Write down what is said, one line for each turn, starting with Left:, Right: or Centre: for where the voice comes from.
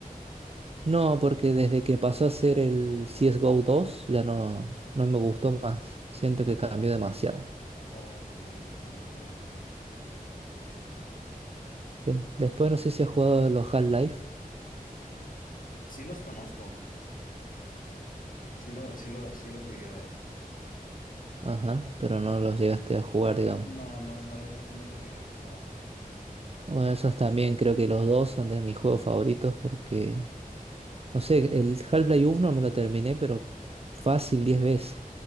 Right: No, porque desde que pasó a ser el CSGO 2 ya no, no me gustó
Left: Sí.
Right: más. Siento que
Left: Ok,
Right: cambió demasiado.
Left: ok, sí, entiendo.
Right: De- después no sé si has jugado los Half-Life.
Left: Sí los conozco, sí, lo- sí los, sí los llegué a ver.
Right: Ajá, pero no los llegaste a jugar, digamos.
Left: No, no, no los, no los llegué a jugar.
Right: Bueno, esos también creo que los dos son de mis juegos favoritos porque, no sé, el Half-Life uno me lo terminé, pero fácil 10 veces.